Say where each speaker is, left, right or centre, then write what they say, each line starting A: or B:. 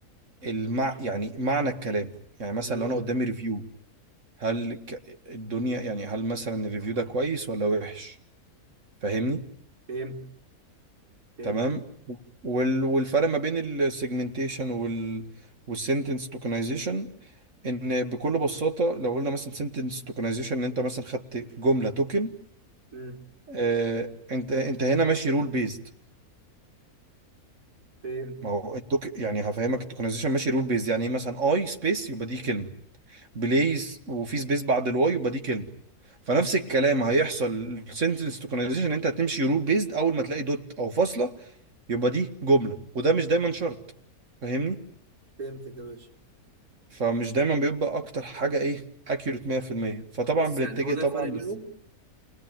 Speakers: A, on the right (about 55°); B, on the right (about 85°).
A: المع... يعني معنى الكلام يعني مثلا
B: امم
A: لو انا قدامي ريفيو هل ك... الدنيا يعني هل مثلا الريفيو ده كويس ولا وحش فاهمني
B: فهمت فهمت
A: تمام وال- والفرق ما بين السيجمنتيشن وال والسنتنس توكنايزيشن ان بكل بساطه لو قلنا مثلا سنتنس توكنايزيشن ان انت مثلا خدت جمله توكن
B: امم
A: آه انت انت هنا ماشي رول بيزد
B: فهمت
A: ما هو التوك يعني هفهمك التوكنايزيشن ماشي رول بيزد يعني ايه مثلا اي سبيس يبقى دي كلمه بليز وفي سبيس بعد الواي يبقى دي كلمه فنفس
B: مم.
A: الكلام هيحصل السنتنس توكنايزيشن انت هتمشي رول بيزد اول ما تلاقي دوت او فاصله يبقى دي جمله وده مش دايما شرط فاهمني
B: فهمتك يا باشا
A: فمش دايما بيبقى اكتر حاجه ايه اكيوريت 100% فطبعا
B: بس
A: بنتجه
B: يعني هو ده
A: طبعا
B: الفرق بينهم
A: لس...